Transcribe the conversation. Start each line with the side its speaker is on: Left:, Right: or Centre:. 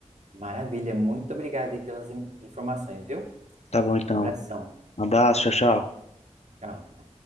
Right: Maravilha. Muito obrigado aí pelas in- informações, viu?
Left: Tá bom, então.
Right: Abração.
Left: Um abraço, tchau, tchau.
Right: Tchau.